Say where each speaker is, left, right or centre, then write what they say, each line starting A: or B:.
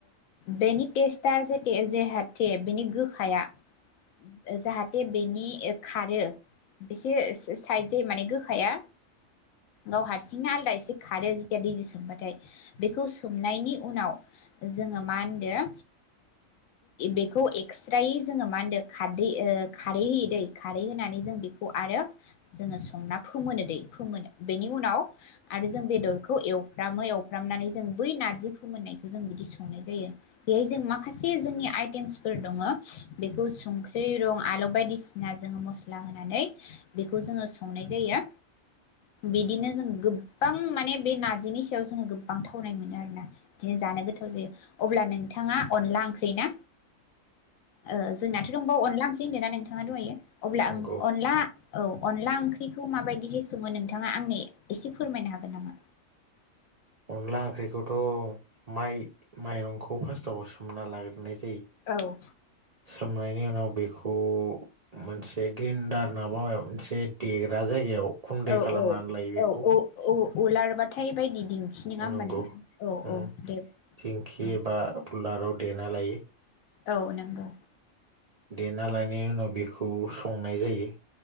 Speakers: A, on the left; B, on the right.
A: बेनि टेस्ट दा जे जाहाथे बेनि गोखाया जाहाथे बेनि खारो बेसे साइद जायो माने गोखाया गाव हारसिंनो आलादा एसे खारो जेथिया दैजों सोमबाथाय बेखौ सोमनायनि उनाव जोङो मा होनदो बेखौ एक्स्रायै जोङो मा होनदों खारदै खारै होयो दै खारै होनानै जों बेखौ आरो जोङो संना फोमोनो दै फोमोनो बेनि उनाव आरो जों बेदरखौ एवफ्रामो एवफ्रामनानै जों बै नारजि फोमोननायखौ जों बिदि संनाय जायो बेहाय जों मा खासे जोंनि आइटेमसफोर दङ बेखौ संख्रि रं आलौ बायदिसिना जोङो मस्ला होनानै बेखौ जोङो संनाय जायो बिदिनो जों गोबां माने बे नारजिनि सायाव जोङो गोबां थावनाय मोनो आरोना बिदिनो जानो गोथाव जायो अब्ला नोंथाङा अनला ओंख्रि ना ओ जोंनाथ' दंबावो अनला ओंख्रि होनदों ना नोंथाङा दंहायो अब्ला
B: नंगौ
A: आं अनला औ अनला ओंख्रिखौ माबायदि हो सङो नोंथाङा आंनो एसे फोरमायनो हागोन नामा
B: अनला ओंख्रिखौथ' माइ माइरंखौ फास्स्टआव सोमना लाग्रोननाय जायो
A: औ
B: सोमनायनि उनाव बेखौ मोनसे ग्रिनडार नाङाबा मोनसे देग्रा जायगायाव गुन्दै
A: औ
B: खालामनानै
A: औ
B: लायो बेखौ
A: औ औ उलारबाथाय बायदि दिन्थियो नोङा होमबा
B: नंगौ
A: नोंथां
B: उम
A: औ औ दे
B: दिंखि
A: औ
B: एबा उलाराव देना लायो
A: औ नंगौ
B: देना लनायनि उनाव बेखौ संनाय जायो